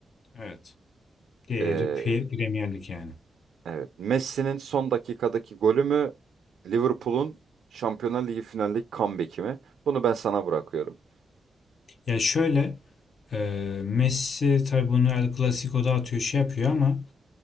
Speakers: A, on the left (about 65°); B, on the right (about 80°).
A: Evet. Diğeri
B: Ee,
A: P- Premier Lig yani.
B: evet. Messi'nin son dakikadaki golü mü Liverpool'un Şampiyonlar Ligi finaldeki comeback'i mi? Bunu ben sana bırakıyorum.
A: Ya şöyle e, Messi tabii bunu El Clasico'da atıyor şey yapıyor ama